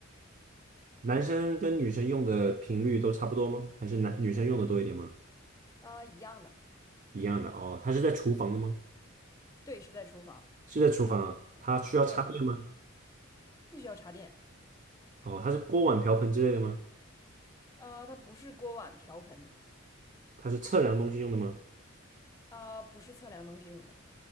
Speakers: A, on the right; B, on the left.
A: 男生跟女生用的频率都差不多吗？还是男女生用的多一点吗？
B: 啊、一样的，
A: 一样的哦。它是在厨房的吗？
B: 嗯，对，是在厨房，
A: 是在厨房啊？它需要插电吗？
B: 对，不需要插电，
A: 哦，它是锅碗瓢盆之类的吗？
B: 啊、它不是锅碗瓢盆，
A: 它是测量东西用的吗？
B: 啊、不是测量东西用的，